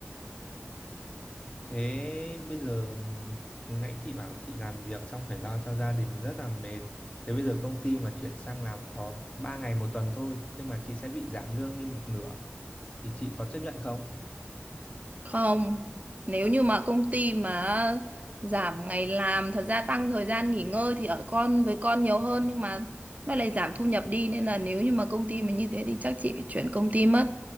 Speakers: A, on the left (about 30°); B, on the right (about 35°).
A: thế bây giờ ừm, nãy chị bảo chị làm việc xong phải lo cho gia đình rất là mệt thế bây giờ công ty mà chuyển sang làm có 3 ngày một tuần thôi nhưng mà chị sẽ bị giảm lương đi một nửa thì chị có chấp nhận không
B: không nếu như mà công ty mà giảm ngày làm thật ra tăng thời gian nghỉ ngơi thì ở con với con nhiều hơn nhưng mà nó lại giảm thu nhập đi nên là nếu như mà công ty mà như thế thì chắc chị phải chuyển công ty mất